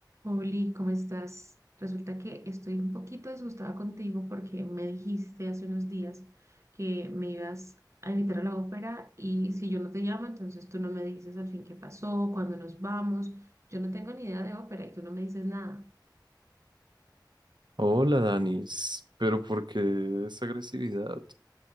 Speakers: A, on the right; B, on the right.
A: Oli, ¿cómo estás? Resulta que estoy un poquito disgustada contigo porque me dijiste hace unos días que me ibas a invitar a la ópera y si yo no te llamo, entonces tú no me dices al fin qué pasó, cuándo nos vamos. Yo no tengo ni idea de ópera y tú no me dices nada.
B: Hola, Danis, pero ¿por qué esa agresividad?